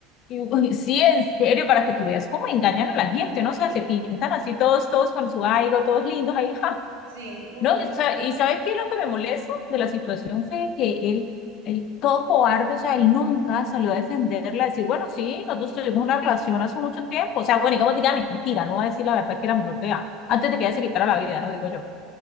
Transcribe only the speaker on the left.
Y yo, "Uy, sí, en serio, para que tú veas cómo engañan a la gente, ¿no?
O sea, se pintan así todos, todos con su algo, todos lindos ahí, ja,
no,
o sea, y ¿sabes qué es lo que me molesta de la situación? Fue que él, él todo cobarde, o sea, él nunca salió a defenderla, a decir, bueno, sí, nosotros tuvimos una relación hace mucho tiempo, o sea, bueno, y como diga mentira, no va a decir la verdad que era menor de edad, antes de que ella se quitara
la vida, no digo yo.